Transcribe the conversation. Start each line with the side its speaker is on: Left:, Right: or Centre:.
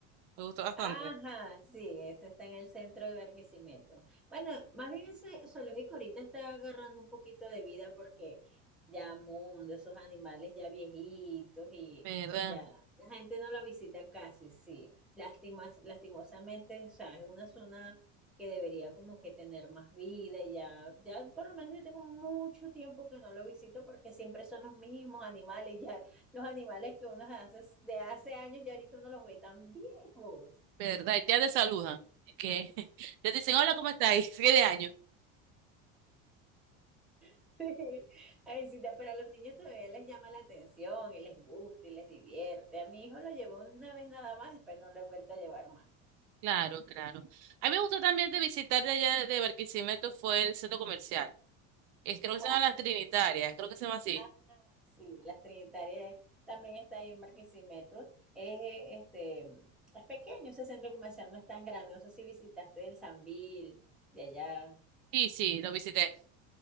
Right: me gustó bastante,
Centre: Ajá, sí, ese está en el centro de Barquisimeto. Bueno, más bien ese zoológico ahorita está agarrando un poquito de vida porque ya mundo, esos animales ya viejitos y
Right: ¿verdad?
Centre: ya la gente no lo visita casi, sí. Lástimas, lastimosamente, o sea, es una zona que debería como que tener más vida y ya, ya por lo menos yo tengo mucho tiempo que no lo visito porque siempre son los mismos animales, ya los animales que uno hace de hace años ya ahorita uno los ve tan viejos.
Right: ¿Verdad? Y Ya te saludan, que <laughs> ya te dicen, hola, ¿cómo estáis? <laughs> ¿Qué de año?
Centre: <laughs> Sí. Ay, sí, da- pero a los niños todavía les llama la atención y les gusta y les divierte. A mi hijo lo llevó una vez nada más, después no lo he vuelto a llevar más.
Right: Claro, claro. A mí me gustó también de visitar de allá de Barquisimeto fue el centro comercial. Es, creo que
Centre: ¿Cuál?
Right: se llama Las Trinitarias, creo que se llama así.
Centre: Ah, sí, las Trinitarias también está ahí en Barquisimeto. Es, eh, este, es pequeño ese centro comercial, no es tan grande. No sé si visitaste el Sambil de allá.
Right: Sí, sí, lo visité.